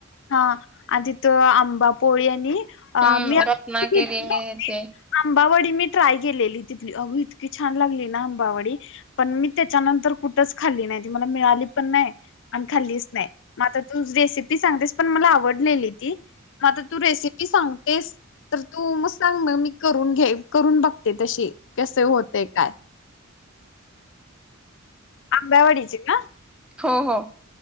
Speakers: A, on the left; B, in the centre.
A: हा. आणि तिथ आंबा पोळी आणि. अ
B: हम्म
A: मी <unintelligible>
B: रत्नागिरी हे ते
A: आंबावडी मी ट्राय केलेली. तिथली अगं इतकी छान लागली ना अंबावडे, पण मी त्याच्यानंतर कुठंच खाल्ली नाय, मला मिळाली पण नाही. खाल्लीच नाही मग आता तुच रेसिपी. ती सांगतेस पण मला आवडलेली ती. आ आता तू रेसिपी सांगतेस तर तू सांग मग मी करून घेईल. करून बघते तशी कसे होते काय. आंबावडीची ना.
B: हो हो.